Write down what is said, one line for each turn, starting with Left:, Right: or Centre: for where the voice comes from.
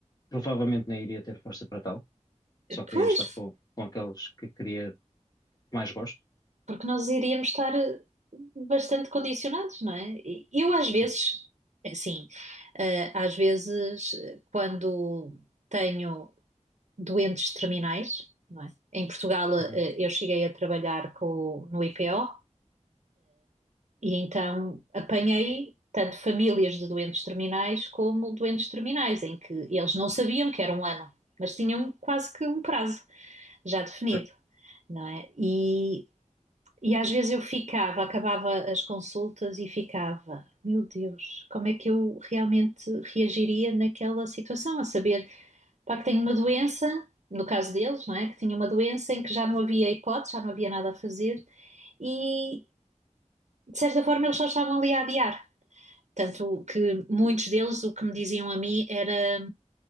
Left: provavelmente nem iria ter força para tal, só queria
Right: Pois,
Left: estar com, com aqueles que queria que mais gosto.
Right: porque nós iríamos estar eh, bastante condicionados, não é? E Eu às vezes,
Left: Sim.
Right: assim, eh, às vezes eh, quando tenho doentes terminais, não é? Em Portugal,
Left: Uhum.
Right: eh, eu cheguei a trabalhar com, o- no IPO E então apanhei tanto famílias de doentes terminais como doentes terminais, em que eles não sabiam que era um ano, mas tinham quase que um prazo já definido,
Left: Certo.
Right: não é? E, e às vezes eu ficava, acabava as consultas e ficava, meu Deus, como é que eu realmente reagiria naquela situação? A saber, pá, que tenho uma doença, no caso deles, não é? Que tinha uma doença em que já não havia hipótese, já não havia nada a fazer e, de certa forma, eles só estavam ali a adiar tanto que muitos deles o que me diziam a mim era,